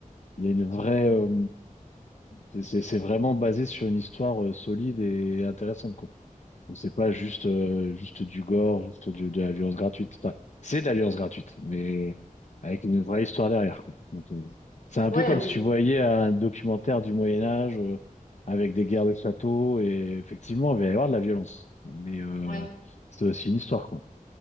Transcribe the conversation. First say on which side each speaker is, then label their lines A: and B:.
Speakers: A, on the left (about 55°); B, on the left (about 80°).
A: il y a une vraie, euh, c'est, c'est c'est vraiment basé sur une histoire euh, solide et intéressante, quoi. C'est pas juste, euh, juste du gore, juste du- de la violence gratuite. Enfin, c'est de la violence gratuite, mais avec une vraie histoire derrière. Donc, euh, c'est un
B: Ouais,
A: peu comme
B: oui,
A: si tu voyais un documentaire du Moyen Âge euh, avec des guerres de châteaux et effectivement, il va y avoir de la violence. Mais euh,
B: ouais.
A: c'est aussi une histoire, quoi.